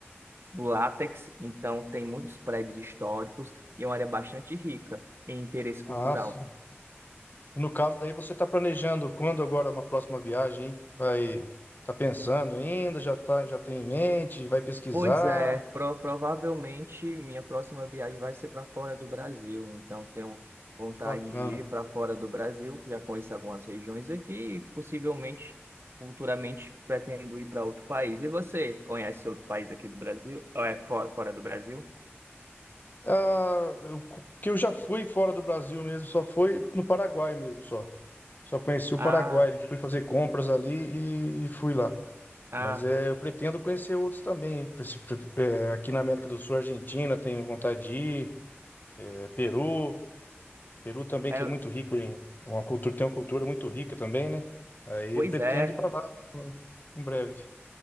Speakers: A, on the right; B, on the left.
A: do látex, então tem muitos prédios históricos e é uma área bastante rica em interesse
B: Ah,
A: cultural.
B: sim. E no caso daí você está planejando quando agora uma próxima viagem, hein? Vai, tá pensando ainda, já tá, já tem em mente, vai pesquisar.
A: Pois é, pro- provavelmente minha próxima viagem vai ser para fora do Brasil, então tenho vontade
B: Bacana.
A: de ir para fora do Brasil, já conheço algumas regiões aqui e possivelmente, futuramente, pretendo ir para outro país. E você, conhece outro país aqui do Brasil? Ou é fora, fora do Brasil?
B: Ah, eu, que eu já fui fora do Brasil mesmo, só fui no Paraguai mesmo, só. Só conheci o
A: Ah,
B: Paraguai, que fui fazer compras ali e, e fui lá.
A: ah,
B: Mas é, eu pretendo conhecer outros também. hein? Preci- pre- é, aqui na América do Sul, Argentina, tenho vontade de ir, é, Peru. Peru também,
A: é,
B: que é muito rico em uma cultura, tem uma cultura muito rica também, né? Aí
A: pois
B: pretendo
A: é,
B: ir para lá em breve.